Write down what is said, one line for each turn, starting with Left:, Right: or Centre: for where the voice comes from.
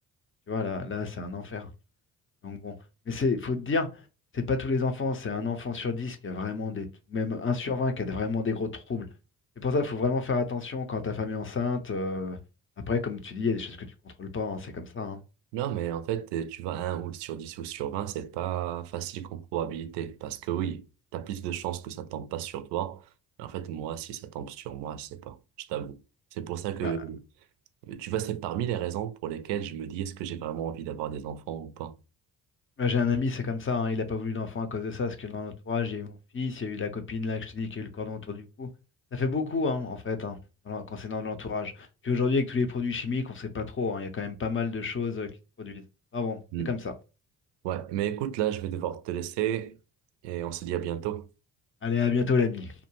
Left: Tu vois, là, là, c'est un enfer. Donc bon, mais c'est, faut te dire, c'est pas tous les enfants, c'est un enfant sur 10 qui a vraiment des, même un sur 20 qui a vraiment des gros troubles. C'est pour ça qu'il faut vraiment faire attention quand ta femme est enceinte. euh, après, comme tu dis, il y a des choses que tu contrôles pas, hein, c'est comme ça. hein.
Right: Non, mais en fait, euh, tu vois, un ou sur 10 ou sur 20 c'est pas facile comme probabilité. Parce que oui, t'as plus de chances que ça tombe pas sur toi. Mais En fait, moi, si ça tombe sur moi, je sais pas. Je t'avoue. C'est pour ça que,
Left: Ah,
Right: euh, tu vois, c'est parmi les raisons pour lesquelles je me dis, est-ce que j'ai vraiment envie d'avoir des enfants ou pas?
Left: moi, j'ai un ami, c'est comme ça, hein, il n'a pas voulu d'enfant à cause de ça, parce que dans l'entourage, il y a eu mon fils, il y a eu la copine là que je te dis qui a eu le cordon autour du cou. Ça fait beaucoup, hein, en fait, hein, dans l'en- quand c'est dans l'entourage. Puis aujourd'hui, avec tous les produits chimiques, on sait pas trop, hein, il y a quand même pas mal de choses euh, qui se produisent. Ah bon,
Right: Hmm.
Left: c'est comme ça.
Right: Ouais, mais écoute, là, je vais devoir te laisser et on se dit à bientôt.
Left: Allez, à bientôt l'ami.